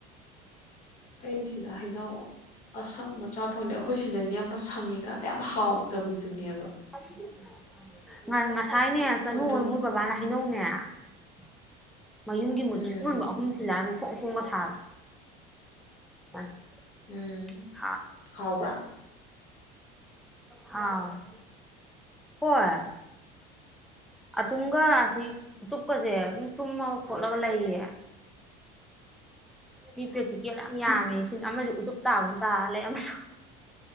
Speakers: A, on the left (about 40°); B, in the centre.
A: ꯑꯩꯁꯤꯗ ꯍꯩꯩꯅꯧ ꯑꯁꯪꯕꯆꯥ ꯐꯪꯗꯦ ꯈꯣꯏ ꯁꯤꯗꯩꯒꯤ ꯑꯃ ꯁꯪꯉꯤꯀꯥꯟꯗ ꯌꯥꯝ ꯍꯥꯎ ꯇꯕꯤꯗꯨꯅꯦꯕ
B: <unintelligible> ꯁꯥꯏꯅꯦ ꯆꯅꯨ
A: ꯑꯗꯨꯅ
B: ꯍꯣꯏ ꯃꯣꯏ ꯕꯕꯥꯅ ꯍꯅꯧꯅꯦ <unintelligible> ꯃꯌꯨꯝꯒꯤ ꯃꯨꯟꯊꯔ꯭ꯤꯛ
A: ꯎꯝ
B: ꯃꯨꯟꯕ ꯑꯍꯨꯝ ꯁꯤꯜ ꯂꯥꯛꯑꯝꯃꯦ ꯐꯣꯡ ꯐꯣꯡꯒ ꯁꯥꯅ <unintelligible>
A: ꯎꯝ ꯍꯥꯎꯕ꯭ꯔꯥ
B: ꯍꯥꯎꯋꯦ ꯍꯣꯏ ꯑꯇꯨꯝꯒ ꯑꯁꯤ ꯇꯨꯞꯀꯖ ꯑꯗꯨꯝ ꯇꯨꯝꯃꯒ ꯈꯣꯠꯂꯒ ꯂꯩꯌꯦ ꯄꯤ ꯄꯔ꯭ꯦꯛꯇꯤꯀꯦꯜ ꯌꯥꯝ ꯌꯥꯝꯃꯦ ꯁꯤ ꯑꯃꯖꯨ ꯎꯇꯨꯞꯇꯥꯥꯒꯨꯝ ꯇꯥ ꯂꯩ ꯑꯃꯖꯨ